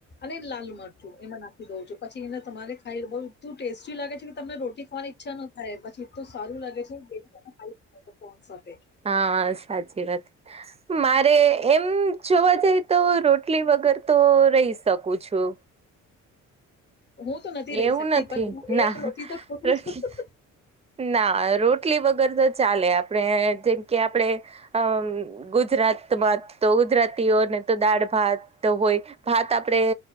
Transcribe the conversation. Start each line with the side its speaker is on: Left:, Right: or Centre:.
Left: અને લાલ મરચું એમા નાખી દઉં છું, પછી એને તમારે ખાઈ બધું એટલું ટેસ્ટી લાગે છે. તમને રોટી ખાવાની ઈચ્છા ન થાય, પછી ઇંટુ સારું લાગે છે કોન સાથે
Right: હા સાચી વાત, માર રે એમ જોવા જાય તો રોટલી વગર તો રહી શકું છું.
Left: હું તો નથી રહી
Right: એવું
Left: શકતી
Right: નથી
Left: પણ હું
Right: ના,
Left: એક રોટી તો ખઉં
Right: રોટલી
Left: છું
Right: ના રોટલી વગર તો ચાલે, આપણે જેમ કે આપડે અમ ગુજરાતમાં તો ગુજરાતીઓને તો દાળ ભાત તો હોય. ભાત આપડે